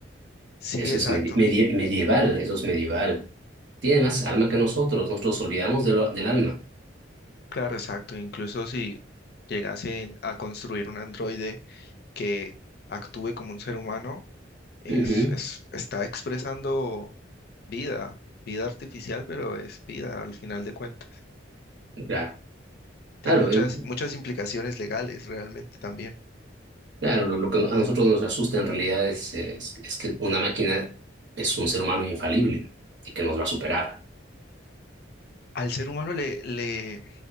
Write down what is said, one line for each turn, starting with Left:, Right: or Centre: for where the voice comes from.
Left: Sí,
Right: eso
Left: exacto.
Right: es medi- medie- medieval, eso es medieval. Tiene más alma que nosotros, nosotros olvidamos de lo- del alma.
Left: Claro, exacto. Incluso si llegasen a construir un androide que actúe como un ser humano, es,
Right: Ujú.
Left: es- está expresando vida, vida artificial, pero es vida al final de cuentas.
Right: Claro.
Left: Tiene
Right: Claro,
Left: muchas,
Right: eh,
Left: muchas implicaciones legales realmente también.
Right: Claro, lo, lo que a nosotros nos asusta en realidad es, es, es que una máquina es un ser humano infalible y que nos va a superar.
Left: Al ser humano le, le,